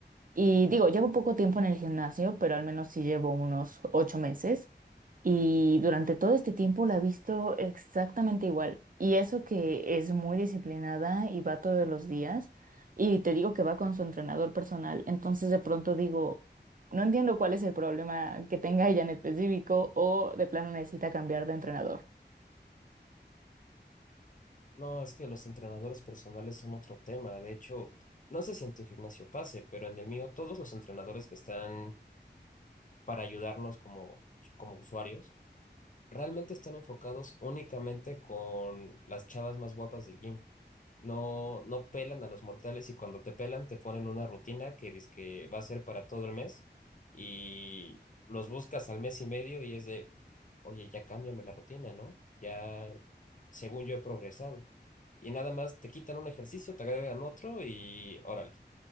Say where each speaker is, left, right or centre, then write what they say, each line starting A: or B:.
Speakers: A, on the right; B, on the left.
A: Y digo, llevo poco tiempo en el gimnasio, pero al menos sí llevo unos ocho meses. Y durante todo este tiempo la he visto exactamente igual. Y eso que es muy disciplinada y va todos los días. Y te digo que va con su entrenador personal. Entonces de pronto digo, no entiendo cuál es el problema que tenga ella en específico o de plano necesita cambiar de entrenador.
B: No, es que los entrenadores personales son otro tema. De hecho, no sé si en tu gimnasio pase, pero en el mío todos los entrenadores que están para ayudarnos como, como usuarios realmente están enfocados únicamente con las chavas más guapas del gym. No, no pelan a los mortales y cuando te pelan te ponen una rutina que dice que va a ser para todo el mes y los buscas al mes y medio y es de, oye, ya cámbiame la rutina, ¿no? Ya, según yo he progresado. Y nada más te quitan un ejercicio, te agregan otro y órale,